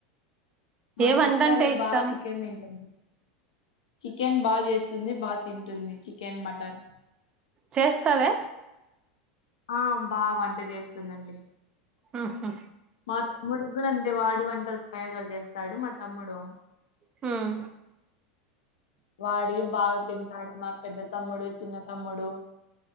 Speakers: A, on the left (about 80°); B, on the right (about 30°).
A: మా
B: వంట
A: సిస్టర్
B: అంటే ఇష్టం
A: బా చికెన్ తింటుంది చికెన్ బాగా చేస్తుంది బాగా తింటుంది చికెన్ మటన్
B: చేస్తావా
A: ఆ బా వంట చేస్తుందండి
B: ఊహూ
A: మా తమ్ముడు కూడా అంతే వాడు వంటలు ప్రయోగాలు చేస్తాడు మా తమ్ముడు
B: హ్మ్
A: వాడి బాగా తింటాడు మా పెద్ద తమ్ముడు చిన్న తమ్ముడు